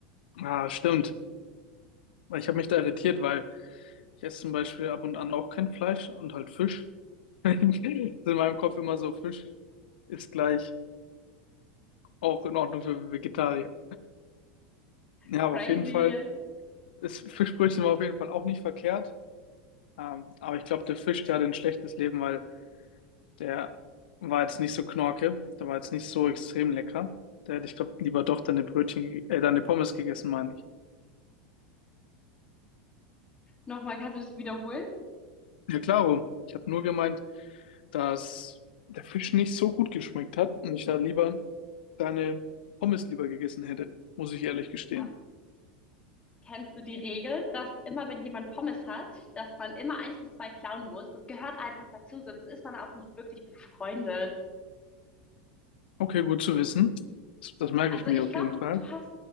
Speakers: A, on the left; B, on the left.
A: Ah, stimmt. Ich habe mich da irritiert, weil ich esse zum Beispiel ab und an auch kein Fleisch und halt Fisch. <laughs> Ist in meinem Kopf immer so, Fisch ist gleich auch in Ordnung für Vegetarier. Ja,
B: Crazy.
A: aber auf jeden Fall ist Fischbrötchen war auf jeden Fall auch nicht verkehrt. Ähm, aber ich glaube, der Fisch, der hatte ein schlechtes Leben, weil der war jetzt nicht so knorke, der war jetzt nicht so extrem lecker. Der hätte, ich glaube, lieber doch deine Brötchen, ge- äh, deine Pommes gegessen, meine ich.
B: Nochmal, kannst du das wiederholen?
A: Ja, klaro. Ich habe nur gemeint, dass der Fisch nicht so gut geschmeckt hat und ich da lieber deine Pommes lieber gegessen hätte, muss ich ehrlich gestehen.
B: Äh, Kennst du die Regel, dass immer, wenn jemand Pommes hat, dass man immer eins bis zwei klauen muss? Das gehört einfach dazu, sonst ist man auch nicht wirklich befreundet.
A: Okay, gut zu wissen. Das, das merke
B: Also
A: ich mir
B: ich
A: auf
B: glaube,
A: jeden Fall.
B: du hast,